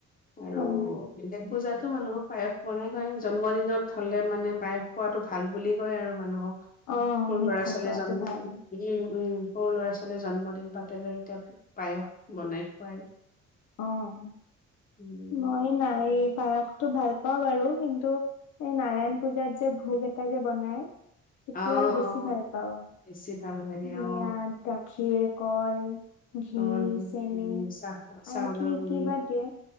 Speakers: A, on the left; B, on the left.
A: আৰু,
B: হয় হয়
A: বেলেগ পুজাত তোমালোকক পায়স বনাই খোৱাই জন্মদিনত হ'লে মানে পায়স খোৱাটো ভাল বুলি কয় আৰু মানুহক।
B: অ
A: মোৰ
B: মিঠা
A: ল'ৰা-ছোৱালীৰ
B: খোৱাটো
A: জন্ম।
B: ভাল
A: উ, উ। সৰু ল'ৰা-ছোৱালীৰ জন্মদিন পাতে যে। <unintelligible> পায়স বনাই খোৱায়।
B: অ'।
A: উম
B: মই নায়ে। পায়সটো ভাল পাওঁ বাৰু, কিন্তু এই নাৰায়ণ পূজাত যে ভোগ এটা যে বনাই। সেটো
A: অ
B: আৰু বেছি
A: অ
B: ভালপাওঁ।
A: বেছি ভাল লাগে
B: মিয়াদ
A: অ
B: গাখীৰ কল। ঘি
A: অ',
B: চেনি
A: চা-চাউলৰ
B: আৰু কি
A: গুৰি,
B: কি বা দিয়ে